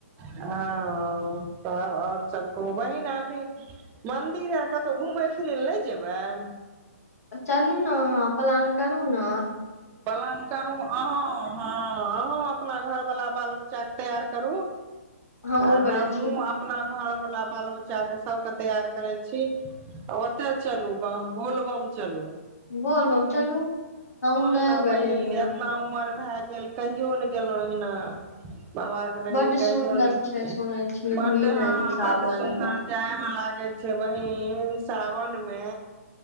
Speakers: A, on the right; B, on the left.
A: हँ-अ तब आओर सब कहू बहिन अबरि मन्दिर आओर कतहु घूमै फिरै लए नहि जेबैन
B: चलू न अहाँ प्लान करू न
A: प्लान करू अहाँ हँ अंहूँ अपना घरवला बाल बच- -चा के तैयार करू
B: हमहुँ
A: आ
B: करै
A: हमहूँ
B: छियै
A: अपना घर वाला बाल बच्चा के सबके तैयार करै छी आ ओतै चलु बोलबम चलु
B: बोलबम चलू हमहूँ
A: हिना
B: नहि
A: बहिन
B: गेलियै हन
A: एतना उम- -र भए गेल कहियो ने गेलहुँ एहिना बाबा के नगरी
B: बड
A: कहियो
B: सुन्दर
A: ने
B: छै सुनै छियै
A: बड्ड
B: भीड़
A: हँ
B: रहै छै सावन
A: बड्ड सुंदर
B: मे
A: जाइ मे लागे छै बहिंन सावन मे